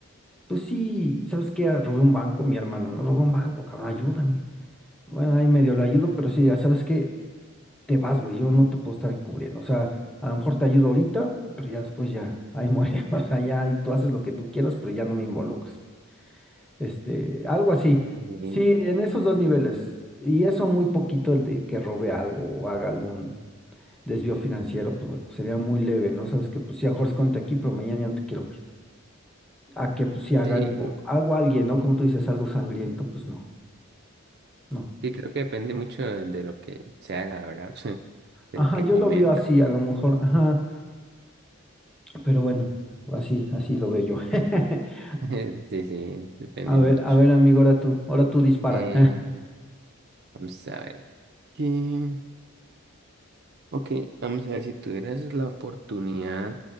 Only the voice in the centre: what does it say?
pues sí, ¿sabes qué? Ah, Robé un banco, mi hermano, no robé un banco, cabrón, ayúdame. Bueno, ahí medio lo ayudo, pero sí, ya sabes que te vas, güey, yo no te puedo estar encubriendo. O sea, a lo mejor te ayudo ahorita, pero ya después ya, ahí muere. <laughs> O sea, ya, y tú haces lo que tú quieras, pero ya no me involucres. Este, algo así.
Sí, en esos dos niveles. Y eso muy poquito el de que robe algo o haga algún desvío financiero, pues bueno, sería muy leve, ¿no? Sabes que pues sí, a lo mejor escóndete aquí, pero mañana ya no te quiero ver. A que pues sí haga
algo, algo a alguien, ¿no? Como tú dices, algo sangriento, pues no, no.
Ajá,
yo
lo veo así, a lo mejor, ajá, pero bueno, así, así lo veo yo. <laughs>
A ver,
a ver, amigo, ahora tú, ahora tú dispara.